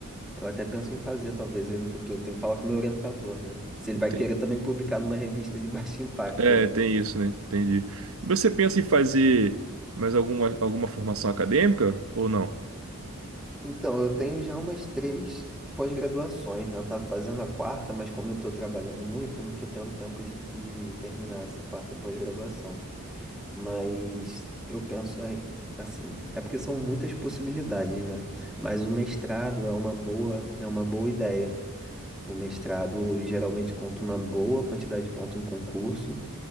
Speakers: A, in the centre; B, on the right.
A: eu até penso em fazer, talvez, aí no futuro. Tem que falar com o meu orientador, né? Se ele
B: Ente-
A: vai querer também publicar numa revista de <laughs> baixo impacto.
B: É,
A: né?
B: tem isso, né? Entendi. E Você pensa em fazer mais alguma, alguma formação acadêmica ou não?
A: Então, eu tenho já umas três pós-graduações, né? Eu tava fazendo a quarta, mas como eu tô trabalhando muito, eu não tô tendo tempo de, de terminar essa quarta pós-graduação. Mas eu penso aí, assim, é porque são muitas possibilidades, né? Mas o mestrado é uma boa, é uma boa ideia. O mestrado geralmente conta uma boa quantidade de pontos em concurso.